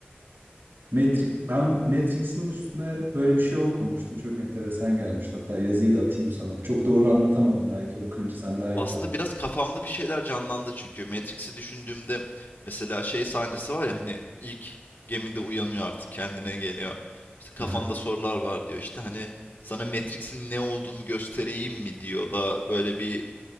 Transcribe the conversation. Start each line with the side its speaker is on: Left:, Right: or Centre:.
Right: Matri- ben Matrix'in üstünde böyle bir şey okumuştum. Çok enteresan gelmişti. Hatta yazıyı da atayım sana. Çok doğru anlatamadım.
Left: Hımm.
Right: Belki okuyunca sen daha iyi
Left: Aslında
Right: kavrarsın.
Left: biraz kafamda bir şeyler canlandı çünkü Matrix'i düşündüğümde mesela şey sahnesi var ya, hani, ilk gemide uyanıyor artık kendine geliyor. İşte, "Kafanda
Right: Haha.
Left: sorular var." diyor. İşte, hani, "Sana Matrix'in ne olduğunu göstereyim mi?" diyor da böyle bir